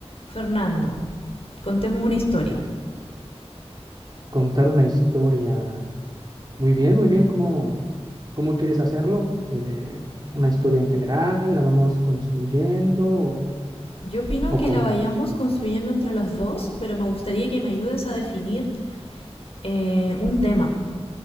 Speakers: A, on the left; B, on the right.
A: Fernando, contemos una historia.
B: Contar una historia. Muy bien, muy bien. ¿Cómo, cómo quieres hacerlo? Eh, ¿una historia en general? ¿La vamos construyendo? ¿O,
A: Yo opino
B: o
A: que
B: cómo?
A: la vayamos construyendo entre los dos, pero me gustaría que me ayudes a definir eh, un tema.